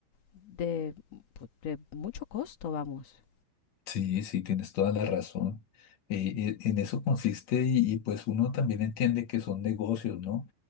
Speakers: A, on the left; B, on the left.
A: de, de mucho costo, vamos.
B: Sí, sí, tienes toda la razón. Eh, eh, en eso consiste y, y, pues uno también entiende que son negocios, ¿no?